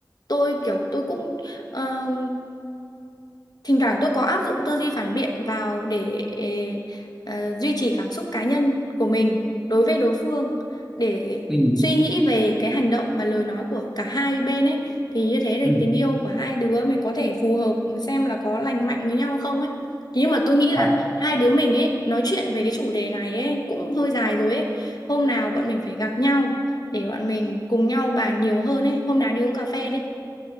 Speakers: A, on the left (about 60°); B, in the centre.
A: Tôi kiểu tôi cũng ờ, thỉnh thoảng tôi có áp dụng tư duy phản biện vào để ờ, duy trì cảm xúc cá nhân của mình đối với đối phương để
B: ừ
A: suy nghĩ về cái hành động và lời nói của cả hai bên ấy thì như thế để
B: ừ
A: tình yêu của hai đứa mình có thể phù hợp ừ, xem là có lành mạnh với nhau không ấy Thế nhưng mà tôi nghĩ là
B: À,
A: hai đứa mình ấy nói chuyện về cái chủ đề này ấy cũng hơi dài rồi ấy hôm nào bọn mình phải gặp nhau để bọn mình cùng nhau bàn nhiều hơn ấy hôm nào đi uống cà phê đi